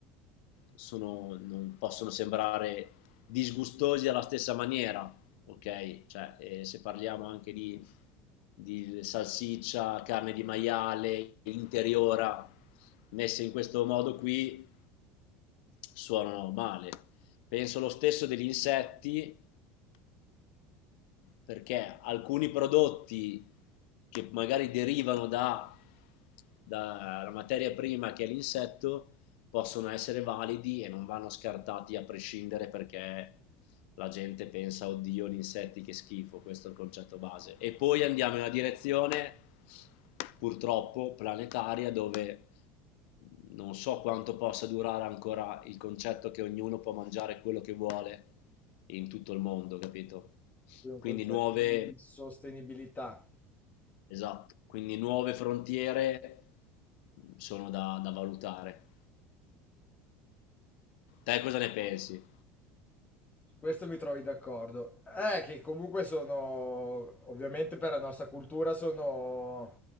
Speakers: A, on the left; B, on the left.
A: sono, non possono sembrare disgustosi alla stessa maniera, ok? Cioè, eh, se parliamo anche di, di salsiccia, carne di maiale, interiora, messe in questo modo qui, suonano male. Penso lo stesso degli insetti, perché alcuni prodotti che magari derivano da, dalla materia prima che è l'insetto possono essere validi e non vanno scartati a prescindere perché la gente pensa oddio gli insetti che schifo, questo è il concetto base. E poi andiamo in una direzione purtroppo planetaria dove non so quanto possa durare ancora il concetto che ognuno può mangiare quello che vuole in tutto il mondo, capito?
B: quindi un
A: Quindi
B: concetto
A: nuove,
B: di sostenibilità?
A: esatto, quindi nuove frontiere sono da, da valutare. Te cosa ne pensi?
B: Su questo mi trovi d'accordo. Eh, che comunque sono, ovviamente per la nostra cultura sono